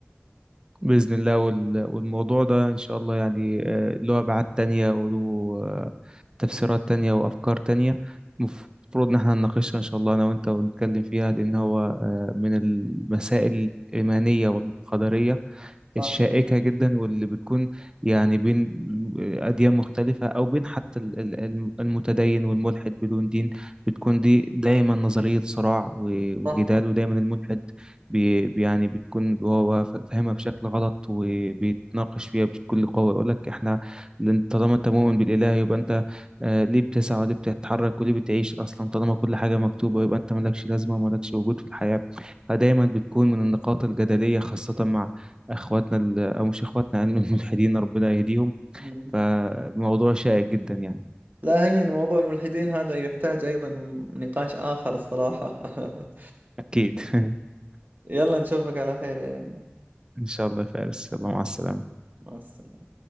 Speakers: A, on the right; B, on the right.
A: باذن الله وال- والموضوع ده ان شاء الله يعني آه، له ابعاد تانية وله آه، تفسيرات تانية وافكار تانية المفروض ان احنا نناقشها ان شاء الله انا وانت ونتكلم فيها لان هو آه، من المسائل الايمانية والقدرية
B: صح
A: الشائكة جدا واللي بتكون يعني بين أديان مختلفة أو بين حتى ال- ال- الم- المتدين والملحد بدون دين بتكون دي دايما نظرية صراع و-
B: صح
A: وجدال ودايما الملحد بي بي- يعني بتكون هو ف- فاهمها بشكل غلط وبيتناقش فيها بكل قوة يقول لك احنا لأن طالما انت مؤمن بالإله يبقى انت آه، ليه بتسعى وليه بتتحرك وليه بتعيش أصلا طالما كل حاجة مكتوبة يبقى انت مالكش لازمة ومالكش وجود في الحياة فدايما بتكون من النقاط الجدلية خاصة مع اخواتنا ال- او مش اخواتنا يعني الملحدين ربنا يهديهم
B: مم.
A: فموضوع شائك جدا يعني
B: لا هين موضوع الملحدين هذا يحتاج أيضا نقاش آخر الصراحة <laughs>
A: اكيد <laughs>
B: يلا نشوفك على خير يا أيمن
A: ان شاء الله يا فارس يلا مع السلامة
B: مع السلامة